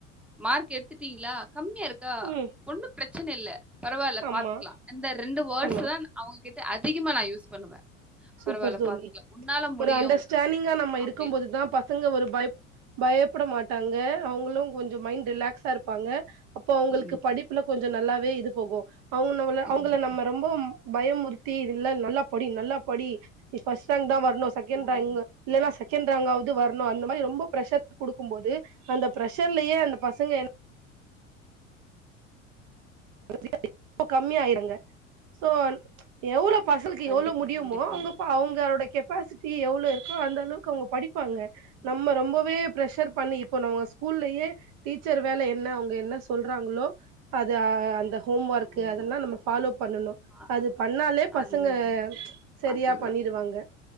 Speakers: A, in the centre; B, on the right.
A: மார்க் எடுத்துட்டீங்களா கம்மியா இரு தா
B: ம்
A: ஒண்ணு ப்ரச்சனை இல்ல பரவாயில்ல
B: ஆமா
A: பாத்துக்கலா இந்த ரெண்டு வேர்ட்ஸ்
B: ஆமா
A: தா அவுங்ககிட்ட அதிகமா நா யூஸ் பண்ணுவே
B: சூப்பர்
A: பரவால்ல
B: தோழி
A: பாத்துக்கலாம். உன்னால முடியும்
B: ஒரு அண்டர்ஸ்டாண்டிங்கா நம்ம
A: அப்படின்னு
B: இருக்கும் போது தா ப பசங்க ஒரு பயப் பயப்புட மாட்டாங்க அவுங்களு கொஞ்சோ மைண்ட் ரிலாக்ஸா இருப்பாங்க அப்போ அவுங்களுக்கு
A: கண்டிப்பா,
B: படிப்புல கொஞ்ச நல்லாவே இது போகு அவுங்க நம்மள
A: கண்டிப்பா.
B: அவுங்கல நம்ம ரொம்போவும் பயம்முறுத்தி இல்ல நல்லா படி நல்லா படி நீ பர்ஸ்ட் ரேங்க் தா வர்ணு செகண்ட்
A: ம்.
B: ரேங்க்கு இல்லன்னா செகண்ட் ராங்க்காவது வர்ணு அந்த மாரி ரொம்ப ப்ரஷர் குடுக்கும் போது அந்த பிர்ஷர்லயே அந்த பசங்க என்ன <inaudible> ரொம்ப கம்மியா ஆயிர்றாங்க சோ
A: ஆ
B: எவ்ளோ பசங்களுக்கு
A: கண்டிப்பா,
B: எவ்ளோ முடியுமோ
A: கண்டிப்பாங்க.
B: அவுங்க பா அவுங்களோட கெப் கெப்பாசிட்டி எவ்ளோ இருக்கோ அந்த அளவுக்கு அவுங்க படிப்பாங்க
A: ம்.
B: நம்ம ரொம்பவே ப்ரெஷர் பண்ணி இப்போ நம்ம ஸ்கூல்லயே டீச்சர் வேலை என்ன அவுங்க என்ன சொல்றாங்களோ இத ஆ அந்த ஹோம் ஒர்க்கு
A: ஆமா.
B: அதெல்லா நம்ம ஃபாலோ பண்ணனு
A: அ
B: அது பண்ணாலே பசங்க
A: அதுதாங்க.
B: செரியா
A: அதுதான்.
B: பண்ணிருவாங்க